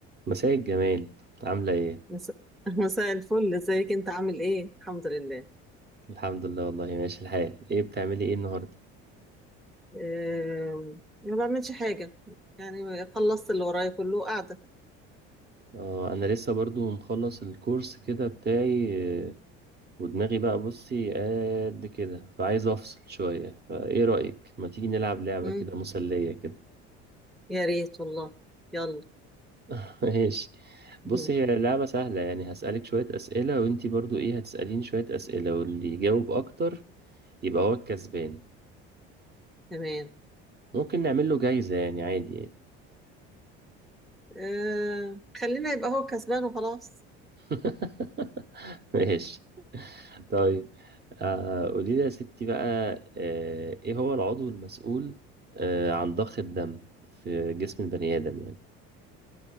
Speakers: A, on the right; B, in the centre.
A: مساء الجمال عاملة ايه؟
B: مس- <laughs> مساء الفل ازيك انت عامل ايه الحمد لله
A: الحمد لله والله ماشي الحال ايه بتعملي ايه النهاردة؟
B: أم، ما بعملش حاجة يعني خلصت اللي ورايا كله قاعدة
A: اه انا لسه برضو مخلص الكورس كده بتاعي آه، ودماغي بقى بصي قد كده فعايز افصل شوية فايه رأيك؟ ما تيجي نلعب لعبة
B: مم،
A: كده مسلية كده
B: يا ريت والله يلا
A: <laughs> ماشي
B: مهم.
A: بصي هي لعبة سهلة يعني هسألك شوية أسئلة وانتي برضو ايه هتسأليني شوية أسئلة واللي يجاوب اكتر يبقى هو الكسبان
B: تمام
A: ممكن نعمل له جايزة يعني عادي يعني.
B: أم، خلينا يبقى هو كسبان وخلاص
A: <laughs> ماشي طيب آه قولي لي يا ستي بقى آه ايه هو العضو المسؤول آه عن ضخ الدم في جسم البني آدم يعني